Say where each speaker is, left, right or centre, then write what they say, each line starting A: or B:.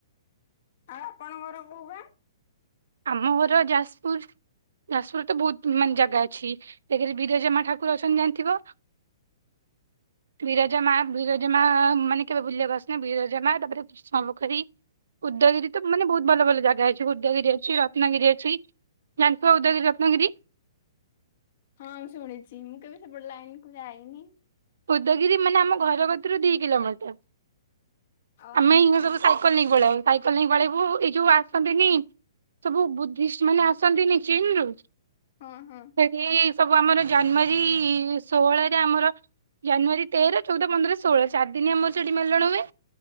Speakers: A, on the left (about 55°); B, on the right (about 75°).
A: ଆଉ ଆପଣଙ୍କର କୋଉ ଗାଁ?
B: ଆମ ଘର ଯାଜପୁର। ଯାଜପୁରରେ ତ ବହୁତ ମାନେ ଜାଗା ଅଛି ବିରଜମା ଠାକୁର ଅଛନ୍ତି ଜାଣିଥିବ? <unintelligible> ବିରଜା ମା ବିରଜାମା ମାନେ କେବେ ଭୁଲିବା ବସ ବିରଜା ମା ତାପରେ କୃଷ୍ଣ ପୋଖରୀ। ଉଦଗିରି ତ ମାନେ ବହୁତ ଭଲ ଭଲ ଜାଗା ଅଛି ଉଦଗିରିରେ ରତନଗିରି ଅଛି ଜାଣିଥିବ ଉଦଗିରି ରତନଗିରି।
A: ହଁ ମୁଁ ଶୁଣିଛି ମୁଁ କେବେ ସେପଟେ ଲାଇନ କୁ ଯାଇନି।
B: ଉଦଗିରି ମାନେ ଆମ ଘର କତୁରୁ ଦି କିଲୋମିଟର।
A: ଓହୋ।
B: ଆମେ ଏଇ ସବୁ ସାଇକେଲ ନେଇକି ପଳେଇବୁ ସାଇକେଲ ନେଇକି ପଳେଇବୁ ଏଇ ଯୋଉ ଆସନ୍ତିନି ସବୁ ବୁଦ୍ଧିଷ୍ଟ ମାନେ ଆସନ୍ତିନି ଚୀନ ରୁ।
A: ଓ ହୋ।
B: ସେଠି ସବୁ ଆମର ଜାନୁଆରୀ ଷୋହଳରେ ଆମର ଜାନୁଆରୀ ତେର, ଚଉଦ, ପନ୍ଦର, ଷୋହଳ ଚାରି ଦିନି ଆମର ସେଠି ମେଲଣ ହୁଏ।